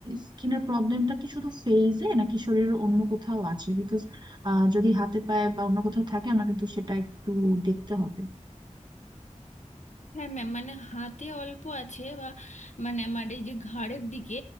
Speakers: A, on the right; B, on the left.
A: স্কিনের প্রবলেমটা কি শুধু ফেইজে নাকি শরীরের অন্য কোথাও আছে বিকজ যদি হাতে পায়ে বা অন্য কোথাও থাকে আমার কিন্তু সেটা একটু দেখতে হবে
B: হ্যাঁ ম্যাম মানে হাতে অল্প আছে বা মানে আমার এই যে ঘাড়ের দিকে